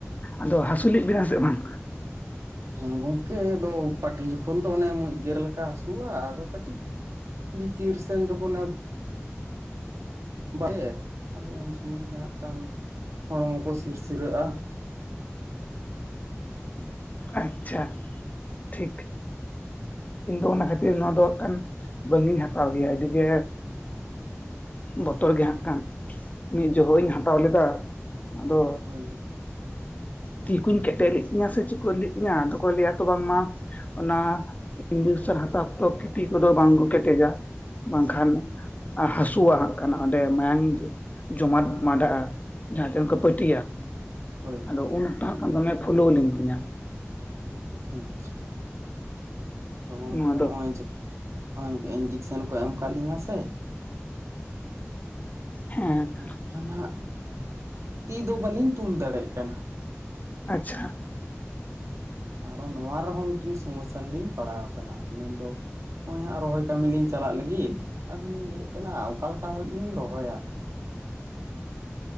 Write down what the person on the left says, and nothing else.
ᱟᱫᱚ ᱦᱟᱥᱩ ᱞᱤᱜ ᱵᱤᱱᱟ ᱥᱮ ᱵᱟᱝ?
ᱟᱪᱪᱷᱟ ᱴᱷᱤᱠ ᱾ ᱤᱧ ᱫᱚ ᱚᱱᱟ ᱠᱷᱟᱹᱛᱤᱨ ᱱᱚᱣᱟ ᱫᱚ ᱦᱟᱸᱠᱷᱟᱱ ᱵᱟᱝ ᱤᱧ ᱦᱟᱛᱟᱣ ᱜᱮᱭᱟ ᱟᱹᱰᱤᱜᱮ ᱵᱚᱛᱚᱨ ᱜᱮ ᱦᱟᱸᱠᱷᱟᱱ ᱢᱤᱫ ᱡᱚᱦᱚᱜ ᱤᱧ ᱦᱟᱛᱟᱣ ᱞᱮᱫᱟ ᱟᱫᱚ
ᱛᱤ ᱠᱩᱧ ᱠᱮᱴᱮᱡ ᱞᱮᱫ ᱛᱤᱧᱟ ᱥᱮ ᱪᱤᱠᱟᱹ ᱞᱮᱫ ᱛᱤᱧᱟ ᱟᱫᱚ ᱠᱚ ᱞᱟᱹᱭᱟ ᱛᱚ ᱵᱟᱝᱢᱟ ᱚᱱᱟ ᱤᱱᱡᱮᱠᱥᱮᱱ ᱦᱟᱛᱟᱣ ᱯᱨᱚᱠᱤᱛᱤ ᱠᱚᱫᱚ ᱵᱟᱝᱠᱚ ᱠᱮᱴᱮᱡᱟ ᱵᱟᱝᱠᱷᱟᱱ ᱦᱟᱹᱥᱩᱣᱟ ᱦᱟᱸᱠᱷᱟᱱ ᱚᱸᱰᱮ ᱢᱟᱭᱟᱝ ᱡᱚᱢᱟᱴ ᱢᱟᱰᱟᱜ-ᱟ ᱾ ᱡᱟᱦᱟᱸ ᱴᱷᱮᱱ ᱠᱚ
ᱯᱟᱹᱴᱤᱭᱟ
ᱟᱫᱚ ᱩᱱ ᱚᱠᱛᱚ ᱦᱟᱸᱠᱷᱟᱱ ᱫᱚᱢᱮ ᱯᱷᱩᱞᱟᱹᱣ ᱞᱮᱱ ᱛᱤᱧᱟ
ᱱᱚᱣᱟ
ᱫᱚ
ᱦᱮᱸ
ᱟᱪᱪᱷᱟ